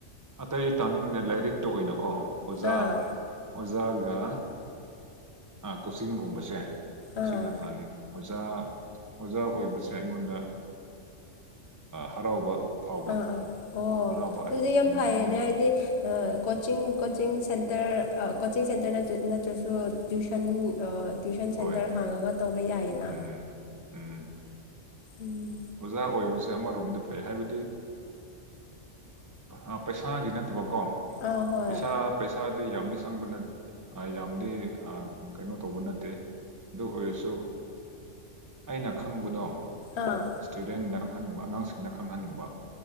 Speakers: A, on the right; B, on the left.
A: ꯑꯇꯩ ꯇꯥꯅꯤꯡꯗꯦ ꯂꯥꯏꯔꯤꯛꯇ ꯑꯣꯏꯅꯀꯣ ꯑꯣꯖꯥ
B: ꯑꯥ
A: ꯑꯣꯖꯥꯒ ꯀꯣꯆꯤꯡꯒꯨꯝꯕꯁꯦ ꯑꯁꯤꯅ
B: ꯑꯥ
A: ꯇꯥꯅꯤꯡꯉꯤ ꯑꯣꯖꯥ ꯑꯣꯖꯥ ꯑꯣꯏꯕꯁꯦ ꯑꯩꯉꯣꯟꯗ ꯍꯔꯥꯎꯕ ꯐꯥꯎꯕ
B: ꯑꯥ ꯑꯥ ꯑꯣ
A: ꯍꯔꯥꯎꯕ ꯑꯩ
B: ꯑꯗꯨꯗꯤ ꯌꯥꯝ
A: ꯎꯝ
B: ꯐꯩꯌꯦꯅꯦ
A: ꯑꯩꯉꯣꯟꯗ
B: ꯍꯥꯏꯗꯤ ꯀꯣꯆꯤꯡ ꯀꯣꯆꯤꯡ ꯔ ꯀꯣꯆꯤꯡ ꯁꯦꯟꯇꯔ ꯅꯠꯇ꯭ꯔꯁꯨ ꯇ꯭ꯌꯨꯁꯟ ꯇ꯭ꯋꯨꯤꯁꯟ ꯁꯦꯟꯇꯔ
A: ꯍꯣꯏ
B: ꯍꯥꯡꯉꯒ ꯇꯧꯕ ꯌꯥꯏꯌꯦꯅ
A: ꯎꯝ ꯎꯝ
B: ꯎꯝ
A: ꯑꯣꯖꯥ ꯑꯣꯏꯕꯁꯦ ꯑꯃꯔꯣꯝꯗ ꯐꯩ ꯍꯥꯏꯕꯗꯤ ꯑ ꯄꯩꯁꯥꯒꯤ ꯅꯠꯇꯕ ꯀꯣ
B: ꯑꯥ ꯍꯣꯏ
A: ꯄꯩꯁꯥ ꯄꯩꯁꯥꯗꯤ ꯌꯥꯝꯗꯤ ꯁꯪꯕ ꯅꯠꯇꯦ ꯑ ꯌꯥꯝꯗꯤ ꯑ ꯀꯩꯅꯣ ꯇꯧꯕ ꯅꯠꯇꯦ ꯑꯗꯨ ꯑꯣꯏꯔꯁꯨ ꯑꯩꯅ ꯈꯪꯕꯗꯣ
B: ꯑꯥ
A: ꯏꯁꯇꯨꯗꯦ ꯅ ꯈꯪꯍꯟꯅꯤꯡꯕ ꯑꯉꯥꯡꯁꯤꯡꯅ ꯈꯪꯍꯟꯅꯤꯡꯕ